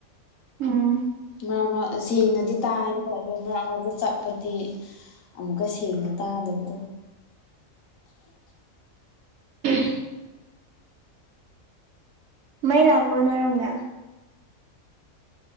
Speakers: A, on the right (about 65°); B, on the left (about 75°).
A: ꯎꯝ
B: ꯃꯥꯔꯛ ꯃꯥꯔꯛ ꯁꯦꯡꯅꯥꯗꯤ ꯇꯥꯌꯦꯕꯥ ꯑꯗꯣ ꯃꯥꯔꯛ ꯃꯥꯔꯛꯇꯥ ꯆꯠꯄꯗꯤ ꯑꯃꯨꯛꯀꯥ ꯁꯦꯡꯅꯥ ꯇꯥꯗꯕꯗꯣ
A: ꯎꯝ ꯃꯩ ꯂꯥꯛꯄ꯭ꯔꯣ ꯅꯣꯏꯔꯣꯝꯗꯥ